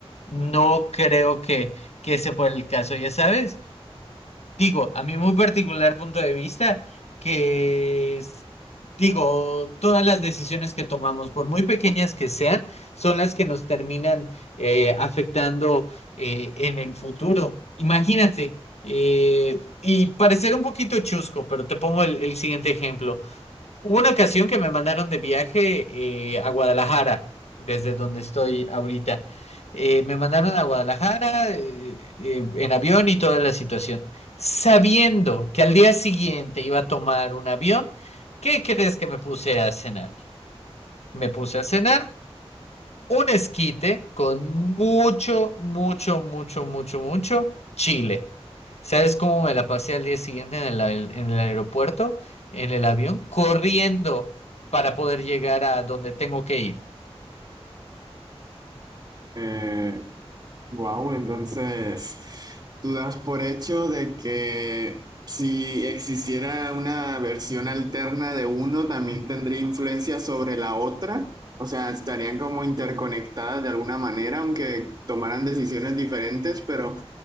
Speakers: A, on the left (about 80°); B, on the right (about 40°).
A: No creo que, que ese fuera el caso, ya sabes. digo, a mi muy particular punto de vista, que es- digo, todas las decisiones que tomamos, por muy pequeñas que sean, son las que nos terminan eh, afectando eh, en el futuro. Imagínate, eh, y parecer un poquito chusco, pero te pongo el, el siguiente ejemplo. Hubo una ocasión que me mandaron de viaje eh, a Guadalajara, desde donde estoy ahorita. Eh, me mandaron a Guadalajara eh, eh, en avión y toda la situación, sabiendo que al día siguiente iba a tomar un avión. ¿Qué crees que me puse a cenar? Me puse a cenar un esquite con mucho, mucho, mucho, mucho, mucho chile. ¿Sabes cómo me la pasé al día siguiente en el, aer- en el aeropuerto, en el avión, corriendo para poder llegar a donde tengo que ir?
B: Eh, Wow, entonces tú das por hecho de que si existiera una versión alterna de uno, también tendría influencia sobre la otra. O sea, estarían como interconectadas de alguna manera, aunque tomaran decisiones diferentes, pero